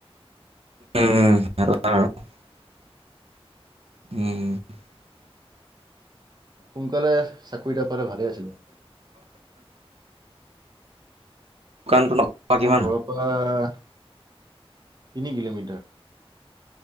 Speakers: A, on the right; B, on the right.
A: উম স উম।
B: সোনকালে চাকৰিটা পালে ভালে আছিলে।
A: দোকানটো
B: মোৰ
A: কিমান
B: ঘৰৰ পৰা তিনি কিলোমিটাৰ।